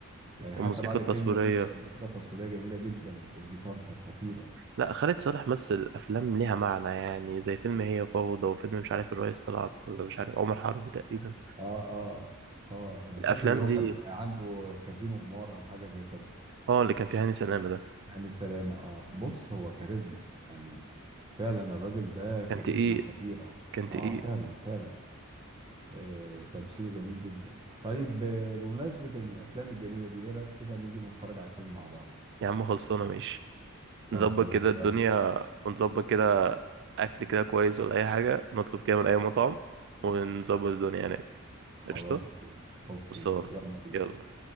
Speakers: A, on the right; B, on the right.
A: يعني
B: والموسيقى
A: حتى بعد
B: التصويرية
A: الكلمه دي كانت الموسيقى التصويريه جميله جدا بالجيتار كانت خطيره
B: لا خالد صالح مثل افلام ليها معنى يعني زي فيلم هي فوضى وفيلم مش عارف الريس طلعت ولا مش عارف عمر حرب تقريبا
A: اه اه اه انا
B: الافلام
A: فاكر اللي هو
B: دي
A: كان عنده كازينو قمار او حاجه زي كده
B: اه اللي كان فيها هاني سلامة ده
A: هاني سلامه اه بص هو كاريزما يعني فعلا الراجل ده كاريزما
B: كان تقيل
A: خطيره
B: كان
A: اه
B: تقيل
A: فعلا فعلا آه تمثيله جميل جدا طيب آه، بمناسبه الافلام الجميله دي ايه رايك كده نيجي نتفرج على فيلم مع بعض
B: يا عم خلصونا ماشي
A: طب
B: نظبط
A: خلاص
B: كده الدنيا
A: يلا
B: ونظبط كده اكل كده كويس ولا اي حاجة نطلب كده من اي مطعم ونظبط الدنيا هناك
A: خلاص
B: قشطة
A: اوكي اوكي
B: خلصان
A: يلا بينا
B: يلا